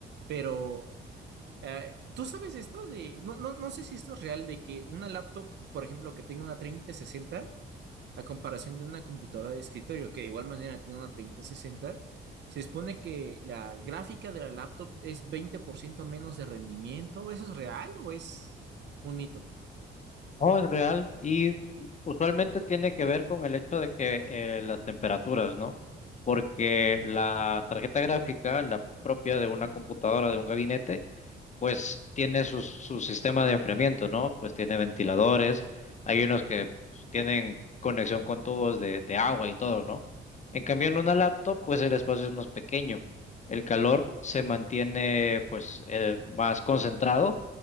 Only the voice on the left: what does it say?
No, es real y usualmente tiene que ver con el hecho de que eh, las temperaturas, ¿no? Porque la tarjeta gráfica, la propia de una computadora, de un gabinete, pues tiene su, su sistema de enfriamiento, ¿no? Pues tiene ventiladores, hay unos que pues, tienen conexión con tubos de, de agua y todo, ¿no? En cambio, en una laptop, pues el espacio es más pequeño, el calor se mantiene pues eh, más concentrado